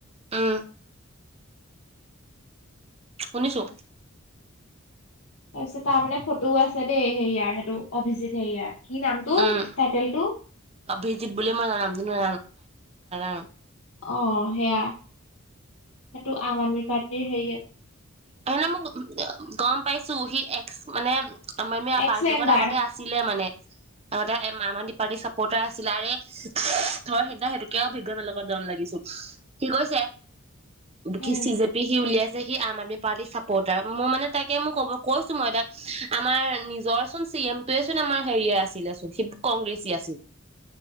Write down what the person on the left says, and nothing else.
তাৰপিছত তাৰ মানে ফটোও আছে দেই হেৰিয়াৰ সেইটো অভিজিত হেৰিয়াৰ। কি নামটো
টাইটেলটো
অ সেয়া সেইটো আম আদমি পাৰ্টিৰ হেৰিয়ে
এক্স
মেম্বাৰ
উম